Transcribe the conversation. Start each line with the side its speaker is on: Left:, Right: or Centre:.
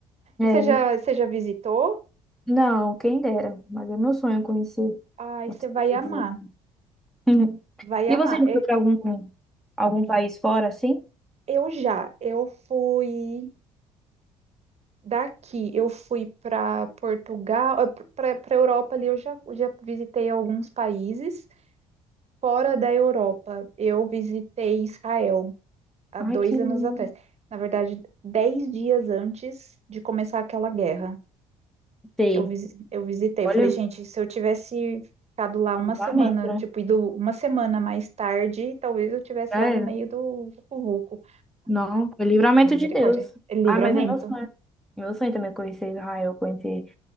Centre: É.
Right: E você já, você já visitou?
Centre: Não, quem dera, mas é meu sonho conhecer
Right: Ai,
Centre: outros
Right: você vai
Centre: países.
Right: amar,
Centre: <laughs> Uhum.
Right: vai
Centre: E
Right: amar.
Centre: você já
Right: É,
Centre: foi para algum, algum país fora assim?
Right: eu já, eu fui daqui, eu fui para Portugal, para para Europa ali, eu já, já visitei alguns países. Fora da Europa, eu visitei Israel. há
Centre: Ai,
Right: dois
Centre: que lindo.
Right: anos atrás. Na verdade, dez dias antes de começar aquela guerra,
Centre: Sei.
Right: eu, visi- eu visitei.
Centre: Olha,
Right: Eu falei, gente, se eu tivesse ficado lá uma
Centre: livramento,
Right: semana,
Centre: né?
Right: tipo, ido uma semana mais tarde, talvez eu tivesse
Centre: Já
Right: lá
Centre: era.
Right: no meio do vucu-vucu.
Centre: Não, foi livramento
Right: Misericórdia.
Centre: de Deus.
Right: É
Centre: Ah,
Right: Livramento.
Centre: mas é meu sonho. Meu sonho também é conhecer Israel, conhecer